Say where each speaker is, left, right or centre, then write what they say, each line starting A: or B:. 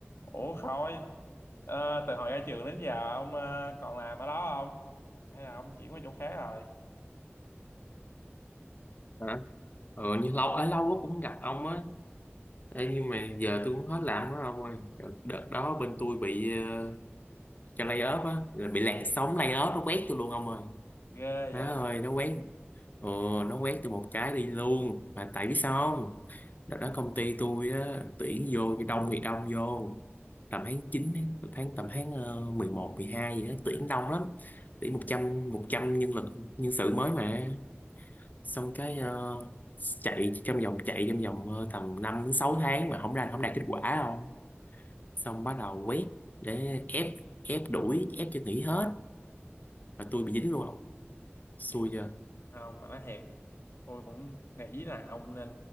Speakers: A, on the left; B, on the left.
A: Ủa Khôi, ờ, từ hồi ra trường đến giờ ông ờ, còn làm ở đó không? Hay là ông chuyển qua chỗ khác rồi?
B: hả ừ, nhưng lâu ở lâu quá cũng gặp ông á Ê, nhưng mà giờ tôi cũng hết làm đó ông ơi đợt, đợt đó bên tôi bị ờ, cho lay off á là bị làn sóng lay off nó quét tôi luôn ông ơi
A: Ghê
B: má
A: vậy?
B: ơi nó quét ừ, nó quét tôi một cái đi luôn mà tại biết sao không đợt đó công ty tôi á tuyển vô đông thì đông vô tầm tháng 9, ấy, tháng tầm tháng ờ, 11, 12 gì đó tuyển đông lắm tuyển một trăm một trăm nhân lực nhân sự mới mà xong cái ờ, chạy trong vòng chạy trong vòng ờ, tầm 5 đến 6 tháng mà không ra không đạt kết quả không xong bắt đầu quét để ép ép đuổi ép cho nghỉ hết và tôi bị dính luôn không xui
A: Thiệt
B: chưa
A: không mà nói thiệt, tôi cũng nghĩ là ông nên